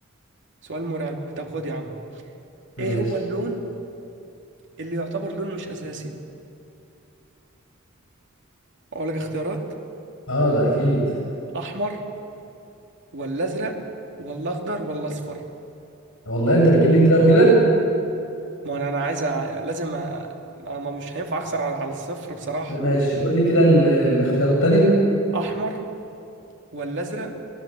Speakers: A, on the right; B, on the left.
A: سؤال مرعب طب خد يا عم
B: ماشي
A: ايه هو اللون اللي يعتبر لون مش اساسي اقول لك اختيارات
B: اه ده اكيد
A: احمر ولا ازرق ولا اخضر ولا اصفر
B: والله انت بتجيب لي كتير قوي كده
A: ما انا انا عايز أ- لازم أ- ما ما- مش هينفع اخسر على على الصفر بصراحة
B: لا، ماشي قول لي كده ال- الاختيارات التانية
A: احمر ولا ازرق